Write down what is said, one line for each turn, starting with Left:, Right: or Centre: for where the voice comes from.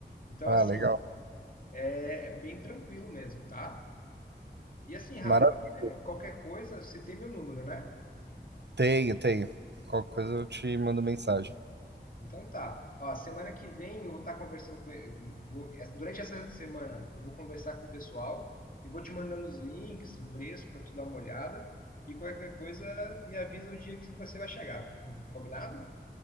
Left: Então,
Right: Ah,
Left: assim,
Right: legal.
Left: é, é bem tranquilo mesmo, tá? E assim, Rafa,
Right: Maravilha.
Left: é, qualquer coisa, você tem meu número, né?
Right: Tenho, tenho. Qualquer coisa eu te mando mensagem.
Left: Então tá. Ó, semana que vem eu vou estar conversando com eu vou, é, durante essa semana eu vou conversar com o pessoal e vou te mandando os links, o preço para tu dar uma olhada e qualquer coisa me avisa o dia que você vai chegar. Com- Combinado?